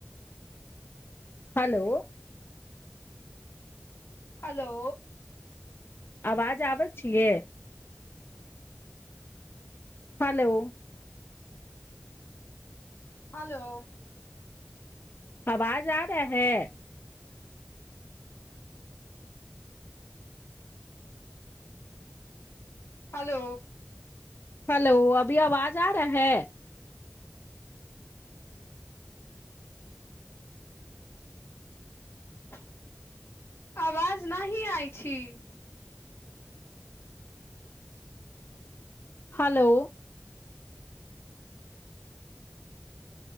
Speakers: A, on the left; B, on the left.
A: हेलो
B: हेलो
A: आवाज आबैत छियै hello
B: hello
A: <unintelligible>
B: hello
A: <unintelligible>
B: <unintelligible>
A: हेलो